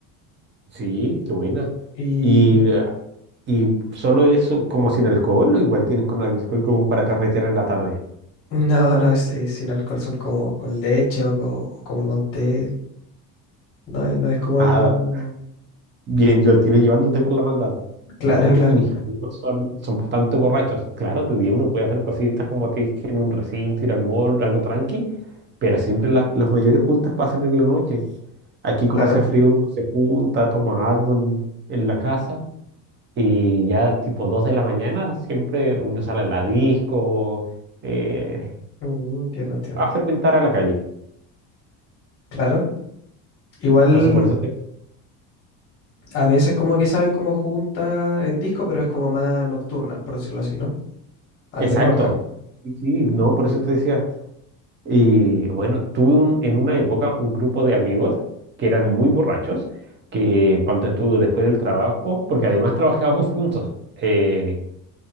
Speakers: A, on the right; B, on the left.
A: Sí, qué buena.
B: Y
A: Y, eh, y solo eso, como sin alcohol, o igual tienen con alcohol como para carretear en la tarde.
B: <laughs> no, no, es, es sin alcohol, son como con leche o co- como con té. No, es- no es como
A: Ah,
B: algo...
A: bien, yo al tiro llevándote por la maldad.
B: Claro,
A: No,
B: claro,
A: mis amigos son, son bastante borrachos. Claro, de día uno puede hacer cositas como te dije en un recinto, ir al mall, algo tranqui, pero siempre las, las mayores juntas pasan en la noche. Aquí como
B: claro.
A: hace frío, uno se junta, toma algo en, en la casa y ya tipo 2 de la mañana siempre uno sale a la disco eh,
B: Mm, entiendo, entiendo.
A: a fermentar a la calle.
B: Claro. Igual
A: Entonces, por eso te...
B: a veces como que salen como juntas en disco, pero es como más nocturnas, por decirlo así, ¿no? Al
A: Exacto.
B: menos acá.
A: Sí, sí, no, por eso te decía. Y bueno, tuve un- en una época un grupo de amigos que eran muy borrachos, que ponte tú después del trabajo, porque además trabajábamos juntos. eh,